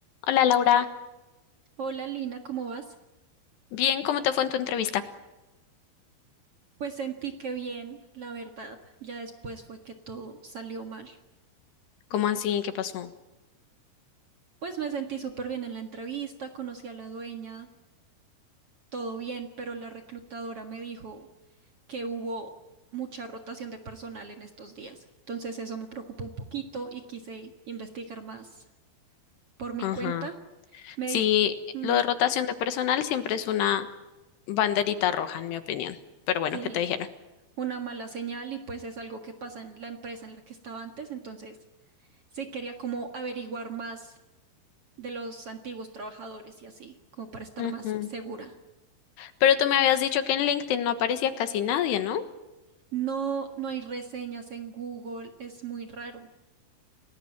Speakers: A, on the left (about 70°); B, on the right (about 50°).
A: Hola Laura,
B: Hola Lina, ¿cómo vas?
A: bien, ¿cómo te fue en tu entrevista?
B: Pues sentí que bien, la verdad, ya después fue que todo salió mal.
A: ¿Cómo así? ¿Qué pasó?
B: Pues me sentí súper bien en la entrevista, conocí a la dueña, todo bien, pero la reclutadora me dijo que hubo mucha rotación de personal en estos días. Entonces eso me preocupó un poquito y quise investigar más por mi
A: Ajá.
B: cuenta. Me
A: Sí,
B: di, mm,
A: lo de rotación de personal siempre es una banderita roja, en mi opinión. Pero bueno,
B: sí,
A: ¿qué te dijeron?
B: una mala señal y pues es algo que pasa en la empresa en la que estaba antes, entonces sí quería como averiguar más de los antiguos trabajadores y así, como para estar
A: Ujú.
B: más segura.
A: Pero tú me habías dicho que en LinkedIn no aparecía casi nadie, ¿no?
B: No, no hay reseñas en Google, es muy raro.